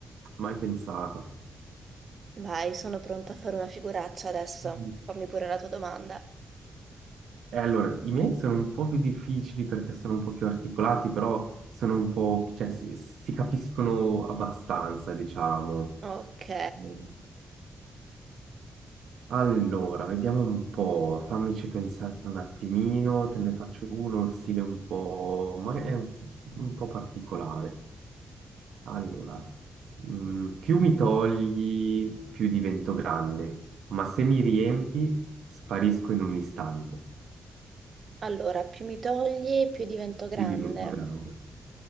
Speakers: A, on the right (about 80°); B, on the right (about 50°).
A: mai pensata.
B: Vai, sono pronta a fare una figuraccia adesso.
A: Mm.
B: Fammi pure la tua domanda.
A: E allora, i miei sono un po' più difficili perché sono un po' più articolati, però sono un po', cioè si, si capiscono abbastanza, diciamo.
B: Ok.
A: Mm. Allora, vediamo un po', fammici pensare un attimino, te ne faccio uno, stile un po', magari un un po' particolare. Allora, mm, più mi togli, più divento grande, ma se mi riempi, sparisco in un istante.
B: Allora, più mi togli, più divento grande.
A: Più divento grande,